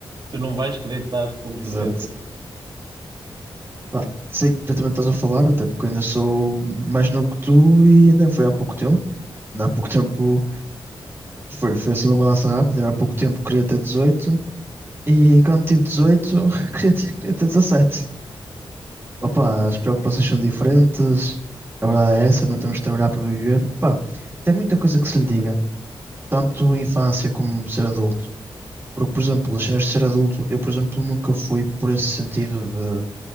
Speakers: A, on the right; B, on the right.
A: Tu não vais querer dar como tu
B: Exato.
A: pensas.
B: Pá, sei que perfeitamente estás a falar, até porque eu ainda sou mais novo que tu e ainda foi há pouco tempo. Ainda Há pouco tempo foi, foi assim uma mudança rápida. ainda Há pouco tempo queria ter 18 e quando tive 18 <laughs> queria ter, queria ter 17. Opa, as preocupações são diferentes. A verdade é essa, não temos de trabalhar para viver. Pá, tem muita coisa que se lhe diga, tanto infância como ser adulto. Porque, por exemplo, as cenas de ser adulto, eu, por exemplo, nunca fui por esse sentido de